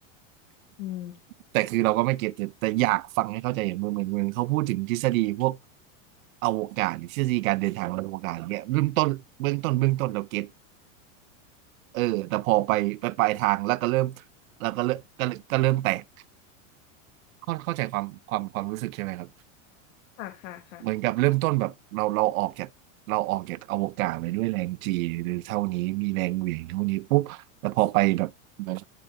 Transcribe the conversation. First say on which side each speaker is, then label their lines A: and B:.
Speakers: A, on the left; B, on the right.
A: อืม
B: แต่คือเราก็ไม่เก็ตแต่แต่อยากฟังให้เข้าใจอย่างเหมือนเหมือนเหมือนเขาพูดถึงทฤษฎีพวกอวกาศหรือทฤษฎีการเดินทางบนอวกาศอย่างเงี้ยเริ่มต้นเบื้องต้นเบื้องต้นเราเก็ตเออแต่พอไปไปปลายทางแล้วก็เริ่มแล้วก็เริ่มก็เก็เริ่มแตกเข้าเข้าใจความความความรู้สึกใช่ไหมครับ
A: ค่ะค่ะค่ะ
B: เหมือนกับเริ่มต้นแบบเราเราออกจากเราออกจากอวกาศไปด้วยแรงจีหรือเท่านี้มีแรงเหวี่ยงเท่านี้ปุ๊บแต่พอไปแบบเหมือน